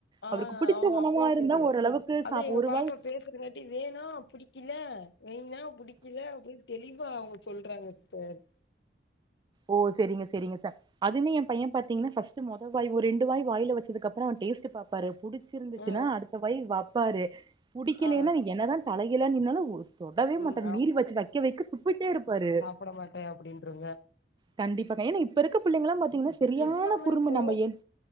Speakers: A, on the left; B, on the right.
A: ஆ
B: அவருக்கு பிடிச்ச
A: ஆமா
B: உணவா
A: அப்படிதா
B: இருந்தா
A: செய்து
B: ஓரளவுக்கு
A: அதான்
B: சாப்
A: எங்க
B: ஒரு
A: பாப்பா
B: வாய்
A: பேசுதுங்க ட்டு வேணாம் பிடிக்கல வேணா புடிக்கல அப்படின்னு தெளிவா அவுங்க சொல்றாங்க சிஸ்டர்
B: ஓ செரிங்க செரிங்க சா அதுமே என் பையன் பாத்தீங்கன்னா ஃபர்ஸ்ட்டு மொத வாய் ஒரு ரெண்டு வாய் வாயில வச்சதுக்கு அப்புறம் அவன் டேஸ்ட்டு பாரு புடிச்சிருந்துச்சினா
A: ஆ
B: அடுத்த வாய் வைப்பாரு பிடிக்கலைன்னா
A: ஆ
B: நீ என்னதான் தலைகீழ நின்னாலும் தொடவே
A: ம்
B: மாட்டாரு மீறி வச்சு வைக்க வைக்க துப்பிட்டே இருப்பாரு
A: போட மாட்ட அப்படின்றுங்க
B: கண்டிப்பாக்கா ஏன்னா இப்ப இருக்க பிள்ளைங்களாம் பாத்தீங்கன்னா சரியான
A: எல்லாமே
B: குறும்பு
A: போ
B: நம்ம என்